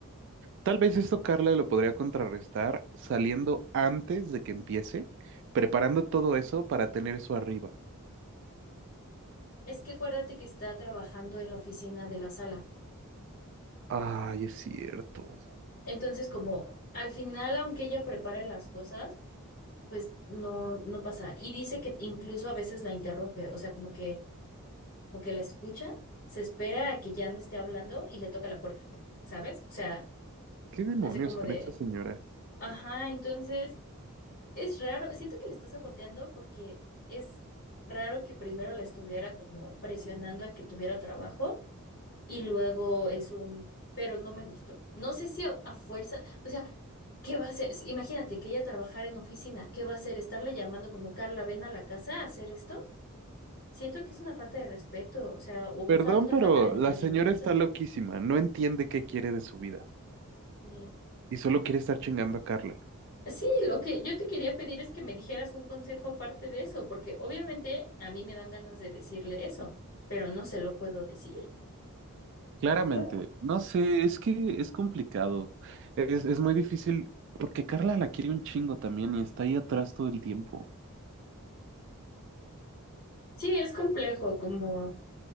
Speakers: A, on the right; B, on the left.
A: tal vez esto Carla lo podría contrarrestar saliendo antes de que empiece, preparando todo eso para tener eso arriba.
B: Es que acuérdate que está trabajando en la oficina de la sala.
A: Ay, es cierto.
B: Entonces, como al final, aunque ella prepare las cosas, pues no, no pasa. Y dice que incluso a veces la interrumpe, o sea, como que o que la escucha, se espera a que ya no esté hablando y le toca la puerta, ¿sabes? O sea,
A: ¿Qué demonios
B: hace como
A: con
B: de,
A: esa señora?
B: ajá, entonces es raro, siento que le está saboteando porque es raro que primero la estuviera como presionando a que tuviera trabajo y luego es un, pero no me gustó. No sé si a, a fuerza, o sea, ¿qué va a hacer? Si- Imagínate que ella trabajara en oficina, ¿qué va a hacer? ¿Estarle llamando como Carla, ven a la casa a hacer esto? Siento que es una falta de respeto, o sea, o un
A: Perdón,
B: fal- una
A: pero
B: falta de entendimiento.
A: la señora está loquísima, no entiende qué quiere de su vida
B: Sí,
A: y solo quiere estar chingando a Carla.
B: Sí, lo que yo te quería pedir es que me dijeras un consejo aparte de eso, porque obviamente a mí me dan ganas de decirle eso, pero no se lo puedo decir.
A: Claramente,
B: Claro.
A: no sé, es que es complicado. Es, es muy difícil porque Carla la quiere un chingo también y está ahí atrás todo el tiempo.
B: Sí, es complejo, como,